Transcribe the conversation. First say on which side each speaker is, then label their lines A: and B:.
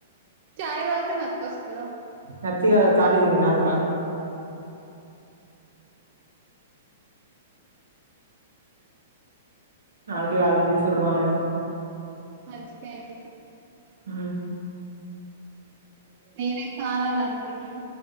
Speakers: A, on the right; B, on the right.
A: చాయ్ తాగితే నత్తి వస్తదా
B: నత్తి కాదు కాలింది నాలుక నాలుక కాలింది సుర్రుమన్నది
A: మంచిగైంది
B: ఆ
A: నేనే కాలాలనుకుంటున్న